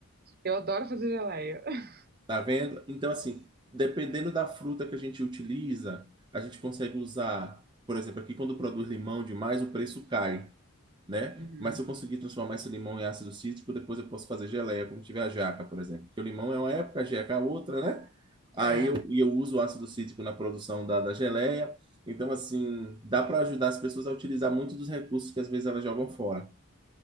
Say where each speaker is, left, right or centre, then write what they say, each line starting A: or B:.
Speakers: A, on the right; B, on the right.
A: Eu adoro fazer geleia. <laughs>
B: tá vendo? Então assim, dependendo da fruta que a gente utiliza, a gente consegue usar, por exemplo, aqui quando produz limão demais, o preço cai né?
A: Uhum.
B: Mas se eu conseguir transformar esse limão em ácido cítrico, depois eu posso fazer geleia, como tiver a jaca, por exemplo. Porque o limão é uma época, a jaca é outra, né? Aí
A: É,
B: eu, e eu uso o ácido cítrico na produção da, da geleia. Então, assim, dá para ajudar as pessoas a utilizar muito dos recursos que às vezes elas jogam fora.